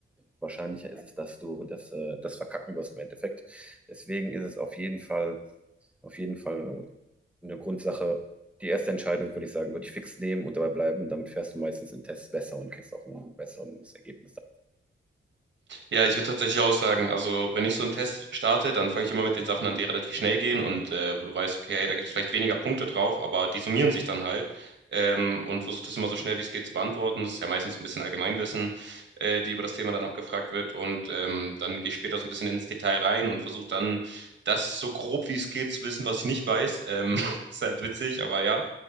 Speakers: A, in the centre; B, on the right.
A: wahrscheinlicher ist es, dass du das, äh, das verkacken wirst im Endeffekt. Deswegen ist es auf jeden Fall auf jeden Fall eine Grundsache. Die erste Entscheidung, würde ich sagen, würde ich fix nehmen und dabei bleiben. Damit fährst du meistens in Tests besser und kriegst auch ein besseres Ergebnis.
B: Ja, ich würde tatsächlich auch sagen, also wenn ich so einen Test starte, dann fange ich immer mit den Sachen an, die relativ schnell gehen und äh, wo du weißt, okay, hey, da gibt es vielleicht weniger Punkte drauf, aber die summieren sich dann halt ähm, und versuche das immer so schnell wie es geht zu beantworten. Das ist ja meistens so ein bisschen Allgemeinwissen, äh, die über das Thema dann abgefragt wird und ähm, dann gehe ich später so ein bisschen ins Detail rein und versuche dann das so grob wie es geht zu wissen, was ich nicht weiß. Ähm, <laughs> ist halt witzig, aber ja